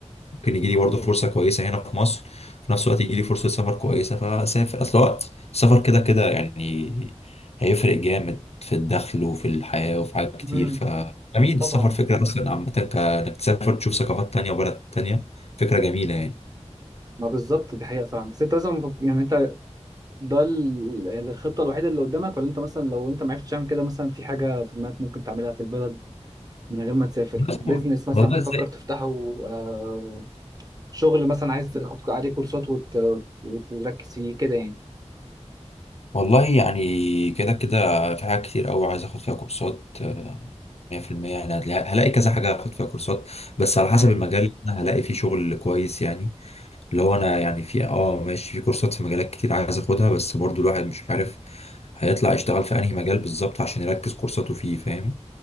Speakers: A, on the left; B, on the right.
A: ممكن يجي لي برضه فرصه كويسه هنا في مصر في نفس الوقت يجي لي فرصه سفر كويسه فاسافر اصل هو السفر كده كده يعني هيفرق جامد في الدخل وفي الحياه وفي حاجات كتير
B: امم
A: ف جميل
B: طبعا
A: السفر فكره اصلا عامه كانك تسافر تشوف ثقافات تانية وبلد تانية فكره جميله يعني
B: ما بالظبط دي حقيقه فاهم بس انت لازم يعني انت ده ال- الخطة الوحيدة اللي قدامك ولا انت مثلا لو انت ما عرفتش تعمل كده مثلا في حاجة في دماغك ممكن تعملها في البلد من غير ما تسافر
A: والله
B: بيزنس مثلا
A: والله
B: بتفكر تفتحه آه، شغل مثلا عايز تاخد عليه كورسات وت... وتركز فيه كده يعني
A: والله يعني كده كده في حاجات كتير قوي عايز اخد فيها كورسات آه، 100% يعني هتلاقي- هلاقي كذا حاجة هاخد فيها كورسات بس على حسب
B: امم
A: المجال اللي انا هلاقي فيه شغل كويس يعني اللي هو انا يعني في اه ماشي في كورسات في مجالات كتير عايز اخدها بس برضو الواحد مش عارف هيطلع يشتغل في انهي مجال بالظبط عشان يركز كورساته فيه فاهم